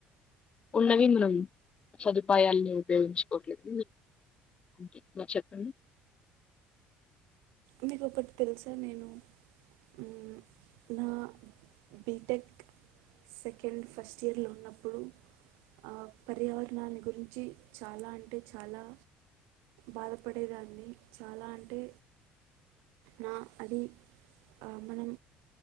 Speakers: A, on the left (about 25°); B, on the right (about 85°).
A: ఉన్నవి మనం సదుపాయాలని ఉపయోగించుకోవట్లేదు అంతే మీరు చెప్పండి
B: మీకు ఒకటి తెలుసా నేను మ్ నా బీటెక్ సెకండ్ ఫస్ట్ ఇయర్లో ఉన్నప్పుడు ఆ పర్యావరణాన్ని గురించి చాలా అంటే చాలా బాధపడేదాన్ని చాలా అంటే నా అది ఆ మనం